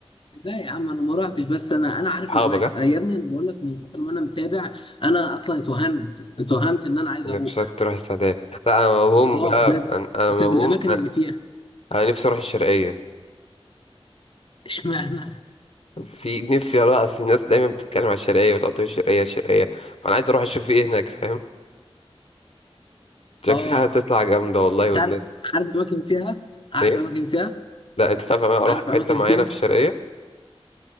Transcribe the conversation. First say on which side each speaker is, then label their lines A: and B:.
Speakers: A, on the left (about 55°); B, on the left (about 70°).
A: لا يا عم انا ما رحتش بس انا انا عارف
B: <laughs> صحابك
A: الاماكن
B: ها
A: يا ابني انا بقول لك من كتر ما انا متابع انا اصلا اتوهمت اتوهمت ان انا عايز
B: نفسك
A: اروح
B: تروح السعوديه لا انا موهوم
A: اه
B: بقى
A: بجد
B: ب- انا أنا
A: بسبب
B: موهوم
A: الاماكن
B: انا
A: اللي فيها
B: أنا نفسي اروح الشرقيه
A: <laughs> اشمعنى
B: في نفسي اروح اصل الناس دايما بتتكلم على الشرقيه وتقول الشرقيه الشرقيه فانا عايز اروح اشوف ايه هناك فاهم شكلها
A: اه
B: هتطلع جامدة والله
A: انت
B: والناس
A: عارف عارف اماكن فيها عارف
B: ايه
A: اماكن فيها
B: لا انت تعرف انا اروح
A: عارف
B: في
A: اماكن
B: حتة معينة
A: فيها
B: في الشرقية